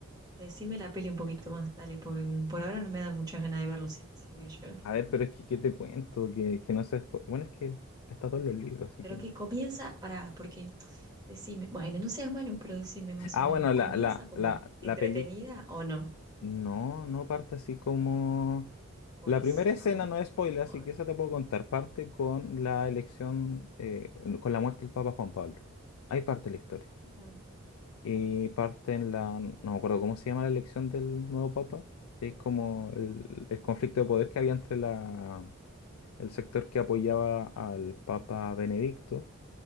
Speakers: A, on the right (about 20°); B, on the left (about 80°).
A: Decime la peli un poquito más, dale, porque mm, por ahora no me dan muchas ganas de verlo si, si voy a llorar.
B: A ver, pero es que, ¿qué te cuento? Que, que no sé. Bueno, es que está todo en los libros, así
A: Pero
B: que.
A: que comienza, pará, porque decime, bueno, no seas malo, pero decime más
B: Ah,
A: o menos,
B: bueno, la,
A: ¿comienza
B: la,
A: como
B: la, la
A: entretenida
B: peli.
A: o no?
B: No, no parte así como.
A: Por
B: La
A: eso,
B: primera escena
A: a ver.
B: no es spoiler,
A: o-
B: así que esa te puedo contar. Parte con la elección, eh, con la muerte del Papa Juan Pablo. Ahí parte la historia.
A: Ujú,
B: Y parte en la. No me acuerdo cómo se llama la elección del nuevo Papa. que Es como el, el conflicto de poder que había entre la, el sector que apoyaba al Papa Benedicto